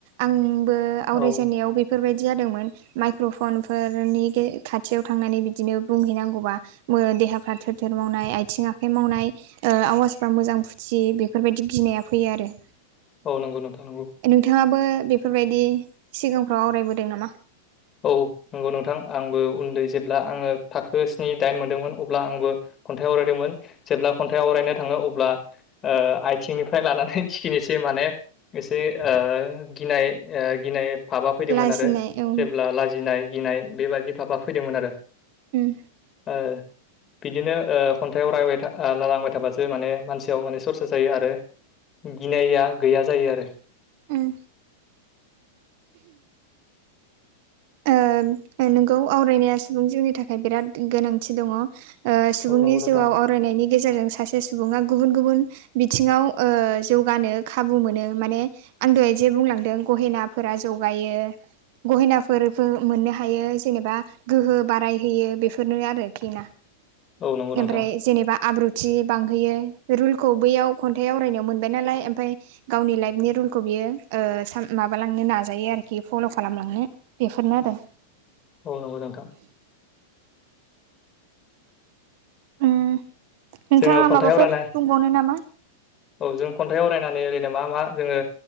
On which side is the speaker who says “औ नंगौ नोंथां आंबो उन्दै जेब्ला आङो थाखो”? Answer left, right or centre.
Left